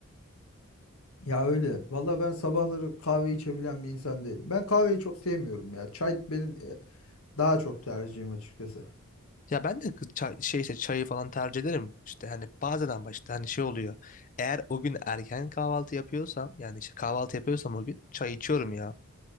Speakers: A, on the left; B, on the left.
A: Ya öyle. Valla ben sabahları kahve içebilen bir insan değilim. Ben kahveyi çok sevmiyorum ya. Çay benim e, daha çok tercihim açıkçası.
B: Ya ben de kı- çay, şey işte çayı falan tercih ederim. İşte hani bazen ama işte hani şey oluyor. Eğer o gün erken kahvaltı yapıyorsam yani işte kahvaltı yapıyorsam o gün çay içiyorum ya.